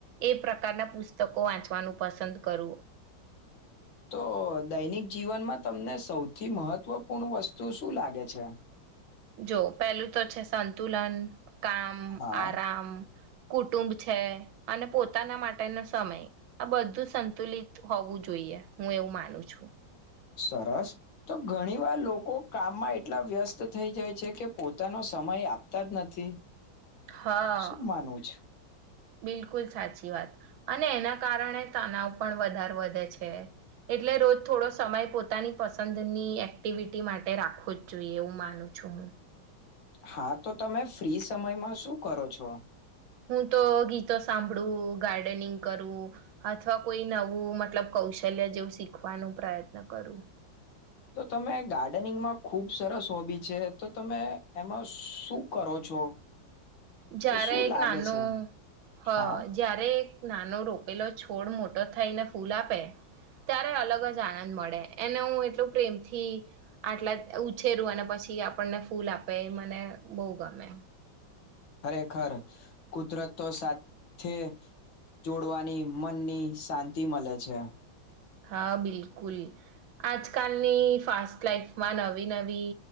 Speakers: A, on the right; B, on the left.
A: એ પ્રકારના પુસ્તકો વાંચવાનું પસંદ કરું
B: તો દૈનિક જીવનમાં તમને સૌથી મહત્વપૂર્ણ વસ્તુ શું લાગે છે.
A: જો પેલું તો છે સંતુલન કામ
B: હા
A: આરાામ કુટુંબ છે અને પોતાના માટેનો સમય આ બધું સંતુલિત હોવું જોઈએ હું એવું માનું છું.
B: સરસ તો ઘણી વાર લોકો કામમાં એટલા વ્યસ્ત થઈ જાય છે કે પોતાનો સમય આપતા જ નથી.
A: હા
B: શું માનવું છે
A: બિલકુલ સાચી વાત અને એના કારણે તનાવ પણ વધારે વધે છે એટલે રોજ થોડો સમય પોતાની પસંદની એક્ટિવિટી માટે રાખવો જ જોઈએ એવું માનું છું હું.
B: હા તો તમે ફ્રી સમયમાં શું કરો છો.
A: હું તો ગીતો સાંભળું ગાર્ડનિંગ કરું અથવા કોઈ નવું મતલબ કૌશલ્ય જેવું શીખવાનું પ્રયત્ન કરું.
B: તો તમે ગાર્ડનિંગમાં ખુબ સરસ હોબી છે તો તમે એમાં શું કરો છો.
A: જ્યારે
B: કે શું
A: એક
B: લાગે
A: નાનું
B: છે
A: હ
B: હા
A: જ્યારે એક નાનો રોપેલો છોડ મોટો થઈને ફૂલ આપે ત્યારે અલગ જ આનંદ મળે એને હું એટલું પ્રેમથી આટલા ઉછેરું અને પછી આપણને ફૂલ આપે મને બહુ ગમે.
B: ખરેખર કુદરતો સાથે જોડવાની મનની શાંતિ મળે છે.
A: હા બિલકુલ આજકાલની ફાસ્ટ લાઈફમાં નવી નવી